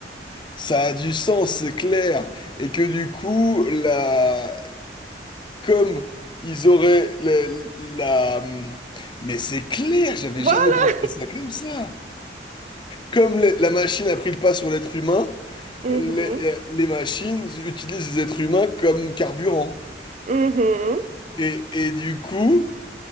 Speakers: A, on the left; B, on the right.
A: Ça a du sens, c'est clair. Et que du coup, la, comme ils auraient le- la... Mais c'est clair, j'avais
B: Voilà.
A: jamais pensé à ça comme ça. Comme le- la machine a pris le pas sur l'être humain,
B: Mhm.
A: les, les machines utilisent les êtres humains comme carburant.
B: Mhm.
A: Et, et du coup,